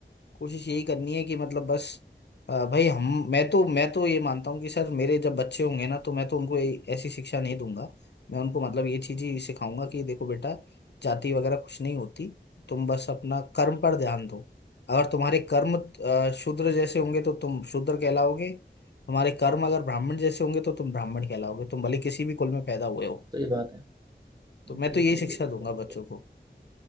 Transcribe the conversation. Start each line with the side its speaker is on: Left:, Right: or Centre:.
Left: कोशिश यही करनी है कि मतलब बस अ, भाई हम मैं तो मैं तो ये मानता हूँ कि सर मेरे जब बच्चे होंगे ना तो मैं तो उनको ए- ऐसी शिक्षा नहीं दूंगा मैं उनको मतलब ये चीज ही सिखाऊंगा कि देखो बेटा जाति वगैरह कुछ नहीं होती तुम बस अपना कर्म पर ध्यान दो अगर तुम्हारे कर्म अ, शूद्र जैसे होंगे तो तुम शूद्र कहलाओगे तुम्हारे कर्म अगर ब्राह्मण जैसे होंगे तो तुम ब्राह्मण कहलाओगे तुम भले किसी भी कुल में पैदा हुए हो
Right: तो ये बात है जी
Left: तो मैं तो यही
Right: जी
Left: शिक्षा
Right: जी बिल्कुल
Left: दूंगा
Right: बिल्कुल
Left: बच्चों को कि